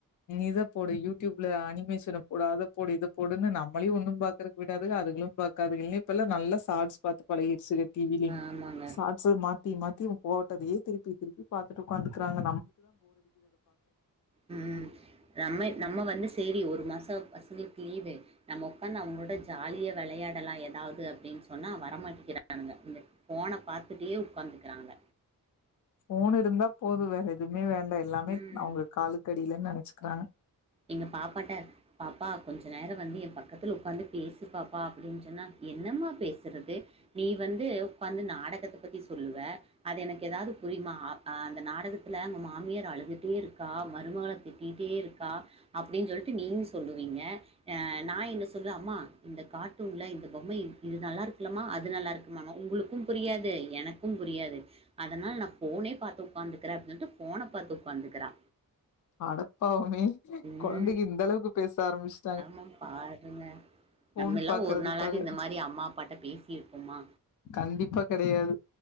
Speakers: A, on the left; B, on the right.
A: இத போடு யூடியூப்ல அனிமேஷன போடு அத போடு இத போடுனு நம்ளையு ஒண்ணு பாக் கறக்கு விடாதுக அதுகளு பாக்காதுக இல்லி இப்பல்லா நல்லா சாட்ஸ் பாத்து பழகிடுச்சுக டி வி லிம்
B: ஆமாங்க.
A: சாட்ஷு மாத் தி மாத்தி போட்டதயே திருப்பி திருப்பி பாத்துட்டு உகாந்துக்கறாங்க
B: உம் நம்ம நம்ம வந்து சேரி ஒரு ஒரு மாச பசங்களுக்கு லீவு நம்ம உக்காந்து அவங்களோட ஜாலியா விளையாடலா ஏதாவது அப்படின் சொன்னா வரமாட்டிகிறானுங்க இந்த ஃபோன பாத்துட்டே உட்காந்துக்கிறாங்க
A: ஃபோன் இருந்தா போது வேற எதுவுமே வே ண்ட எல்லாமே
B: ம்.
A: அவங்க காலுக்கடியில நெனை ச்சுக்கிறாங்க
B: எங்க பாப்பாட்ட பாப்பா கொஞ்ச நேர வந்து என் பக்கத்துல உ்காந்து பேசு பாப்பா அப்படின் சொன்னா என்னம்மா பேசுறது நீ வந்து உக்காந்து நாடகத்த பத்தி சொல்லுவ அது எனக்கு ஏதாது புரியமா அ அந்த நாடகத்தில அவங்க மாமியாரு அழுதுட்டே இருக்கா மருமகள திட்டிட்டே இருக்கா. அப்படின் சொல்லிட்டு நீங்க சொல்லுவீங்க அ நா இன்ன சொல்லுவே அம்மா இந்த கார்டூன்ல இந்த பொம்மைய இது நல்லா இருக்கில்லம்மா அது நல்லா இருக்குமா உங்களுக்கு புரியாது எனக்கு புரியாது அதனால் நா ஃபோனே பாத்து உக்காந் துகிறே அப்படின் சொல்ட்டு ஃபோன பாத்து உக்காந்துக்கிறா
A: அடப்பாவமே
B: ம்
A: கொழந்தைக இந்த அளவுக்கு பேச ஆரம்பிச்சு
B: ஆமா பாருங்க
A: ஃபோன்
B: நம்மல்லா
A: பாக்குறதுக்காக
B: ஒரு நாளாது இந்த மாரி அம்மா அப்பாட்ட பேசி இருப்போமா
A: கண்டிப்பா கெடையாது